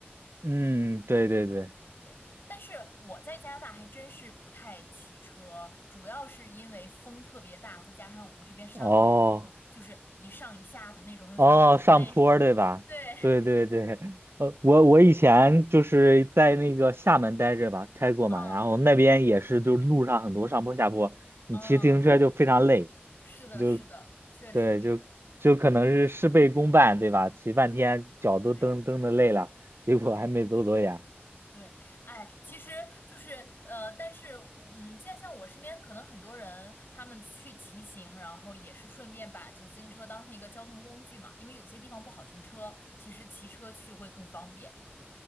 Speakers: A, on the right; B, on the left.
A: 嗯，对对对，
B: 对，但是我在加拿大还真是不太骑车，主要是因为风特别大，再加上我们这边山路也多，
A: 哦
B: 就是一上一下的那种，就觉得好累。
A: 哦，上坡儿对吧？
B: <laughs> 对，
A: 对对对，呃，我我以前就是在那个厦门待着吧，待过嘛，
B: 嗯
A: 然后那边也是，就是路上很多上坡下坡，你骑自行车就非常累。
B: 嗯，是的，
A: 就
B: 是的，确实是，
A: 对，就就可能是事倍功半，对吧？骑半天脚都蹬蹬的累了，
B: 对
A: 结果还没走多远。
B: 对。对，哎，其实就是呃，但是嗯，现在像我身边可能很多人，他们去骑行，然后也是顺便把就自行车当成一个交通工具嘛，因为有些地方不好停车，其实骑车去会更方便。